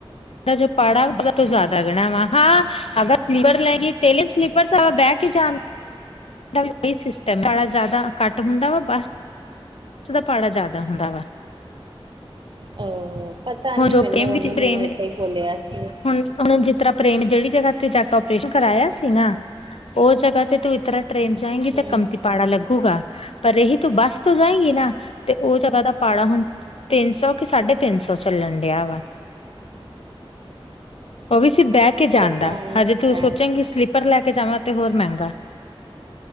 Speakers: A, on the left; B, on the right.
A: ਤੇ ਜੋ ਪਾੜਾ ਬਹੁਤ ਜ਼ਿਆਦਾ ਗਣਾ ਵਾ ਹਾ। ਅਗਰ ਸਲੀਪਰ <unintelligible> ਤਾਂ ਬਹਿ ਕੇ ਜਾ ਇਹਦਾ ਵੀ ਉਹੀ ਸਿਸਟਮ, ਭਾੜਾ ਜ਼ਿਆਦਾ, ਘੱਟ ਹੁੰਦਾ ਵਾ ਬਸ ਇਥੋਂ ਦਾ ਭਾੜਾ ਜ਼ਿਆਦਾ ਹੁੰਦਾ ਵਾ।
B: ਓ, ਪਤਾ
A: ਹੁਣ
B: ਨਹੀਂ,
A: ਜੋ
B: ਮੈਨੂੰ
A: ਪ੍ਰੇਮ ਵਿੱਚ
B: ਉਹਨੇ ਮੈਨੂੰ
A: ਪ੍ਰੇਮ
B: ਏਦਾਂ
A: ਨੇ
B: ਹੀ ਬੋਲਿਆ ਸੀਗਾ।
A: ਹੁਣ ਉਹਨੇ <unintelligible> ਜਿਹੜੀ ਜਗ੍ਹਾ ਤੇ ਜਾ ਕੇ ਅਪਰੇਸ਼ਨ ਕਰਵਾਾਇਆ ਸੀ ਨਾ ਉਹ ਜਗ੍ਹਾ ਤੇ ਤੂੰ ਇਤ ਤਰ੍ਹਾਂ ਟ੍ਰੇਨ ਜਾਏਂਗੀ,
B: ਹਮ
A: ਤਾਂ ਕੰਮ ਤੀ ਪਾੜਾ ਲੱਗੂਗਾ, ਪਰ ਇਹੀ ਤੂੰ ਬੱਸ ਤੋਂ ਜਾਏਗੀ ਹਨਾ, ਤੇ ਉਹ ਜਗਾ ਦਾ ਭਾੜਾ ਹੁਣ, ਤਿੰਨ ਸੌ ਕਿ ਸਾਢੇ ਤਿੰਨ ਸੌ ਚੱਲਣ ਡਿਆ ਵਾ। ਉਹ ਵੀ ਸੀ ਬਹਿ ਕੇ ਜਾਂਣਦਾ,
B: ਪਤਾ ਨੀ
A: ਹਜੇ ਤੂੰ
B: ਭੈਣ
A: ਸੋਚੇਗੀ ਸਲੀਪ ਉਪਰ ਲੈ ਕੇ ਜਾਵਾਂ, ਤੇ ਹੋਰ ਮਹਿੰਗਾ।